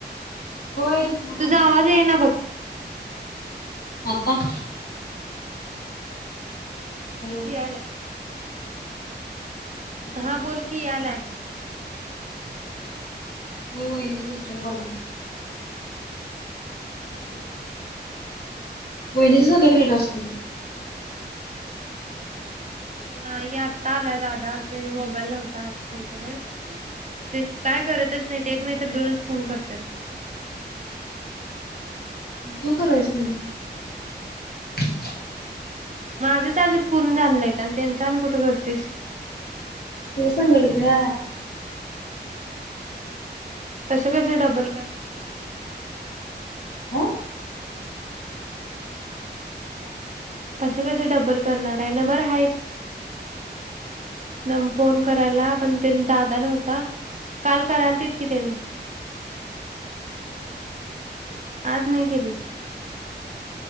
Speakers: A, on the left (about 60°); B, on the right (about 40°).
A: होय दुसरा कॉल
B: तुझा
A: आहे.
B: आवाज येईना बघ.
A: आता, हॅलो
B: यायलाय. <unintelligible>
A: हम्म
B: हा बोल की यायलाय.
A: होय वहिनीचा दुसरं कॉल आहे.
B: हम्म,
A: वहिनींच झालं की नाही टास्क.
B: नाही आता आलाय दादा त्यांनी, मोबाईल नव्हता आज त्यांच्याकडे. ते काय करतच नाही
A: हम्म
B: ते एक नाही तर दोनच फोन करतात. <inaudible>
A: तू करायच, <unintelligible>
B: माझच
A: तुझ्या
B: अजून पूर्ण झाल नहित, आणि तेंच आणि कुठ करतीस.
A: तुज्यासंगड ग,
B: तसं कसं डबल क, <unintelligible>
A: ह
B: तस कस डब्बल करणार नंबर हाय च, न फोन करायला पण, त्यानी दादा नव्हता काल करायलतीत की तेनी, आज नाही केलीत,